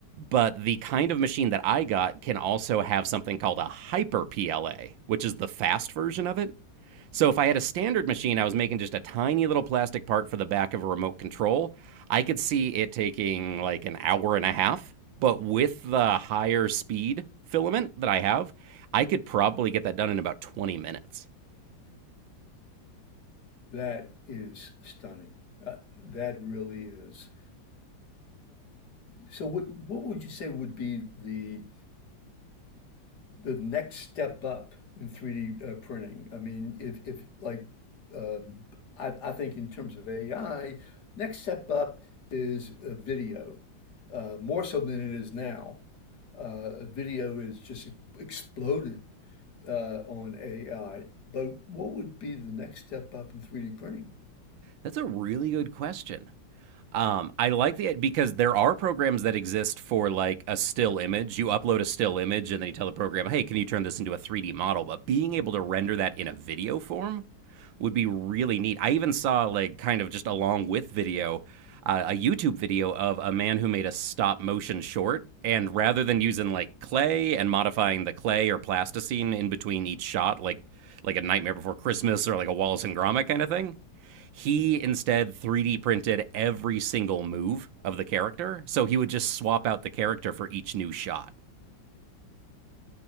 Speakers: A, on the right; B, on the left.
A: But the kind of machine that I got can also have something called a hyper PLA, which is the fast version of it. So if I had a standard machine, I was making just a tiny little plastic part for the back of a remote control. I could see it taking like an hour and a half, but with the higher speed filament that I have, I could probably get that done in about 20 minutes.
B: That is stunning. Uh, that really is. So what what would you say would be the the next step up in 3D uh, printing. I mean, if, if like, um, I, I think in terms of AI, next step up is uh, video, uh, more so than it is now. Uh, video is just exploded uh, on AI. But what would be the next step up in 3D printing?
A: That's a really good question. Um, I like the because there are programs that exist for like a still image. You upload a still image and then you tell the program, "Hey, can you turn this into a 3D model?" But being able to render that in a video form, would be really neat. I even saw like kind of just along with video uh, a YouTube video of a man who made a stop motion short. And rather than using like clay and modifying the clay or plasticine in between each shot, like like a Nightmare Before Christmas or like a Wallace and Gromit kind of thing, he instead 3D printed every single move of the character. So he would just swap out the character for each new shot.